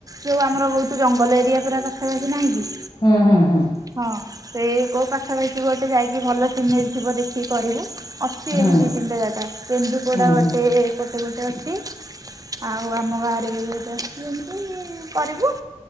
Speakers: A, on the right; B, on the left.
A: ଯୋଉ ଆମର ବହୁତ ଜଙ୍ଗଲ ଏରିଆ ପୁରା ପାଖାପାଖି ନାହିଁ କି?
B: ହୁଁ ହୁଁ ହୁଁ।
A: ହଁ ସେଇ କୋଉ ପାଖାପାଖି ଗୋଟେ ଯାଇକି ଭଲ ସିନେରୁ ଥିବ ଦେଖିକି କରିବୁ। ଅଛି
B: ହୁଁ
A: ଏଇଠି ଦି ତିନିଟା ଜାଗା। କେନ୍ଦୁପୋଡା
B: ହୁଁ ହୁଁ।
A: ଗୋଟେ ଏ-ଏପଟେ ଗୋଟେ ଅଛି। ଆଉ ଆମ ଗାଁରେ ବି ଗୋଟେ ଅଛି ଏମିତି କରିବୁ।